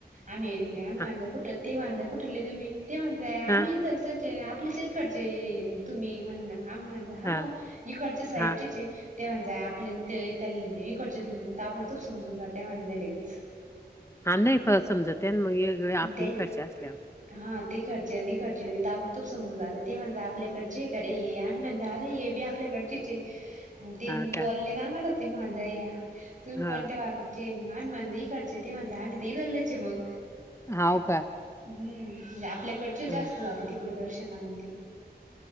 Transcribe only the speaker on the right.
आम्ही आम्हाला
कुठ ते म्हणज कुठलं तुम्ही ते म्हणजाय आम्ही
इथलंच. ते आपलेच इकडचे तुम्ही म्हणलं आम्ही म्हणलं होव
इकडच्या साईडचेच
हाय. ते म्हणज आपल्या ते एकडचेच ताबडतोब समजून जातं म्हणजे लगेच.
ते
हा तिकडचे आणि इकडचे लगेच ताबडतोब समजून जात ते म्हणजे आपल्याकडचे <unintelligible> म्हणजे अरे हे बी आपल्या आपल्याकडचेच हाय ते
बोलले ना मला ते म्हणजाय तुम्ही
कोणत्या भा ते मग आम्ही म्हणजा इकडचे ते म्हणजा आम्ही तर इकडलेच आहे मग.
हम्म म्हणजे आपल्याकडच
जास्त जाते, तिकडे दर्शनानंत!